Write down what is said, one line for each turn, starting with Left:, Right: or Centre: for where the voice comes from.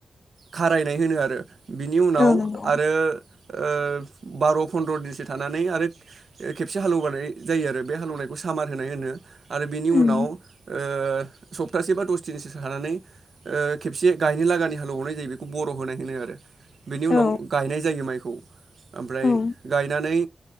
Right: खारायनाय होनो आरो बिनि उनाव
Left: औ नंगौ
Right: ओ ओ बार' फनन्द्र' दिनसो थानानै आरो खेबसे हालेवबनाय जायो आरो बे हालेवनायखौ सामार होनाय होनो आरो बिनि
Left: उम
Right: उनाव ओ सफथासे बा दसथिनसो सानानै ओ खेबसे गायनो लागानि हालेवहरनाय जायो बेखौ बर' होनाय होनो आरो बेनि गायनाय
Left: औ
Right: जायो माइ खौ ओमफ्राय
Left: औ
Right: गायनानै